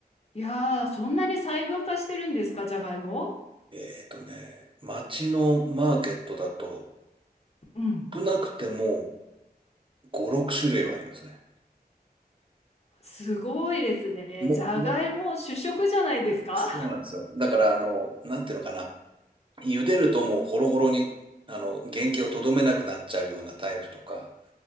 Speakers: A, on the left; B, on the right.
A: いやー、そんなに細分化してるんですか、じゃがいも
B: えっとね、街のマーケットだと、
A: うん。
B: 少なくても5、6種類はありますね。
A: すごいですね。
B: も、
A: じゃがいも主食じゃないですか
B: も、そうなんですよ。だから、あの、なんていうのかな。茹でるともうホロホロに、あの、原型をとどめなくなっちゃうようなタイプとか、